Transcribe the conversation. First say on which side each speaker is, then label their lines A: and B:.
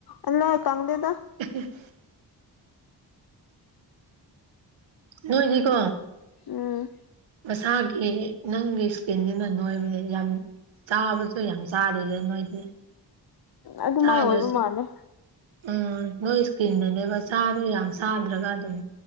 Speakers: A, on the left; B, on the right.
A: ꯑꯂꯥꯏ ꯀꯪꯗꯦꯗ
B: <unintelligible> ꯅꯣꯏꯗꯤꯀꯣ
A: ꯎꯝ
B: ꯃꯁꯥꯒꯤ ꯅꯪꯒꯤ ꯏꯁꯀꯤꯟꯗꯨꯅ ꯅꯣꯏꯕꯅꯦ ꯌꯥꯝ ꯆꯥꯕꯖꯨ ꯌꯥꯝ ꯆꯥ ꯑꯗꯨꯗ ꯅꯣꯏꯗꯤ
A: ꯑꯗꯨꯃꯥꯏ
B: ꯆꯥꯗ꯭ꯔꯁꯨ
A: ꯑꯣꯏꯕ ꯃꯥꯜꯂꯦ
B: ꯎꯝ ꯅꯣꯏ ꯏꯁꯀꯤꯟꯗꯨꯅꯦꯕ ꯆꯥꯗꯣ ꯌꯥꯝ ꯆꯥꯗ꯭ꯔꯒ ꯑꯗꯨꯝ